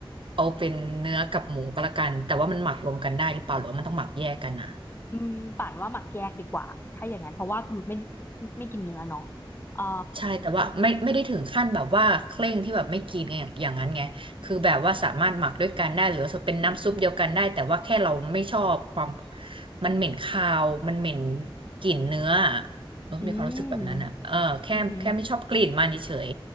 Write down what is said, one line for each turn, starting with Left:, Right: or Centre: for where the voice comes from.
Right: เอาเป็นเนื้อกับหมูก็แล้วกันแต่ว่ามันหมักรวมกันได้หรือเปล่าหรือว่ามันต้องหมักแยกกันอะ
Left: อืมป่านว่าหมักแยกดีกว่าถ้าอย่างนั้นเพราะว่าคุณนุชไม่ไม่กินเนื้อเนาะอ่า
Right: ใช่แต่ว่าไม่ไม่ได้ถึงขั้นแบบว่าเคร่งที่แบบไม่กินไางอย่างนั้นไงคือแบบว่าสามารถหมักด้วยกันได้หรือว่าเป็นน้ำซุปเดียวกันได้แต่ว่าแค่เราไม่ชอบความมันเหม็นคาวมันเหม็นกลิ่นเนื้ออะมันมีความรู้สึกแบบนั้นอ่ะเออแค่แค่ไม่ชอบกลิ่นมันเฉย
Left: อืมอือหือ